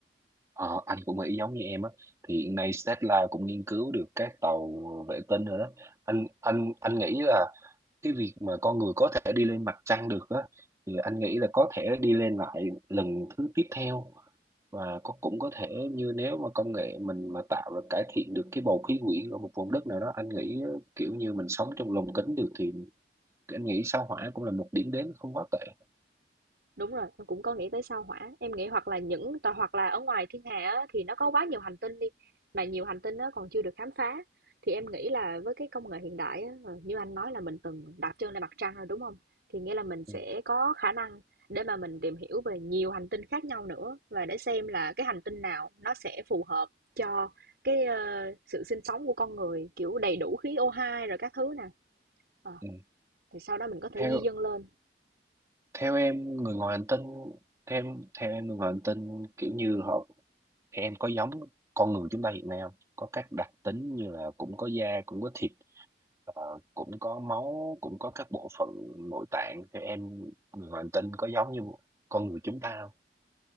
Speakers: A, on the right; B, on the right.
A: ờ, anh cũng nghĩ giống như em á thì hiện nay Tesla cũng nghiên cứu được các tàu vệ tinh rồi đó anh anh anh nghĩ là cái việc mà con người có thể đi lên mặt trăng được á thì anh nghĩ là có thể đi lên lại lần thứ tiếp theo và có cũng có thể như nếu mà công nghệ mình mà tạo ra cải thiện được cái bầu khí quyển ở một vùng đất nào đó anh nghĩ kiểu như mình sống trong lồng kính được thì anh nghĩ sao Hỏa cũng là một điểm đến không quá tệ
B: Đúng rồi, em cũng có nghĩ tới sao Hỏa. Em nghĩ hoặc là những tòa hoặc là ở ngoài thiên hà á, thì nó có quá nhiều hành tinh đi, mà nhiều hành tinh nó còn chưa được khám phá. Thì em nghĩ là với cái công nghệ hiện đại á, ờ, như anh nói là mình từng đặt chân lên mặt trăng rồi đúng không? Thì nghĩa là mình sẽ
A: ừ.
B: có khả năng để mà mình tìm hiểu về nhiều hành tinh khác nhau nữa và để xem là cái hành tinh nào nó sẽ phù hợp cho cái ờ, sự sinh sống của con người kiểu đầy đủ khí O2 rồi các thứ nè. Ờ,
A: ừ.
B: thì sau đó mình có thể
A: theo
B: di dân lên
A: theo em người ngoài hành tinh theo em theo em người ngoài hành tinh kiểu như họ em có giống con người chúng ta hiện nay không có các đặc tính như là cũng có da cũng có thịt ờ, cũng có máu cũng có các bộ phận nội tạng theo em người ngoài hành tinh có giống như con người chúng ta không